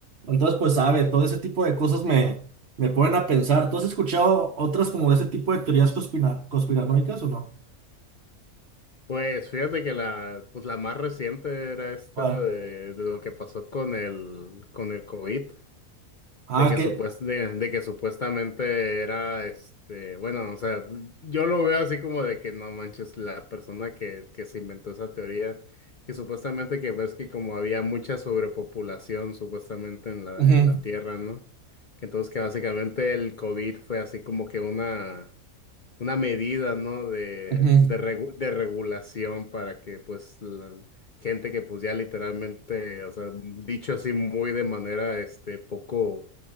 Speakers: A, on the right; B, on the left.
A: Entonces, pues sabe, todo ese tipo de cosas me, me ponen a pensar. ¿Tú has escuchado otras como de ese tipo de teorías conspira- conspiranoicas o no?
B: Pues fíjate que la, pues la más reciente era esta
A: ¿Cuál?
B: de, de lo que pasó con el, con el COVID,
A: Ah,
B: de que
A: que,
B: supuest de, de que supuestamente era este, bueno, o sea, yo lo veo así como de que no manches la persona que, que se inventó esa teoría, que supuestamente que ves que como había mucha sobrepopulación supuestamente en la,
A: ujú,
B: en la Tierra, ¿no? Que Entonces que básicamente el COVID fue así como que una una medida, ¿no? De,
A: ujú,
B: de, regu- de regulación para que, pues, la gente que, pues, ya literalmente, o sea, dicho así muy de manera, este, poco,